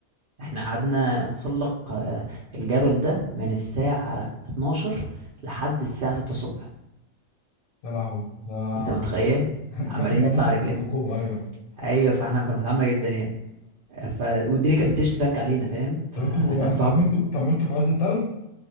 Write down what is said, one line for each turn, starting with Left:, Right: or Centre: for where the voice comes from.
Right: احنا قعدنا نتسلق آه، الجبل ده من الساعة 12 لحد الساعة 6 الصبح
Left: يا لهوي ده
Right: انت متخيل
Left: <laughs>
Right: عمالين
Left: ده كل ما
Right: نطلع
Left: انت تتسلقوه
Right: رجلنا
Left: ايوه
Right: ايوه فاحنا كنا تعبنا جدا يعني ف... والدنيا كانت بتشتي تلج علينا فاهم فكان
Left: طب انتوا يعني
Right: صعب
Left: كملتوا كملتوا في عز التلج؟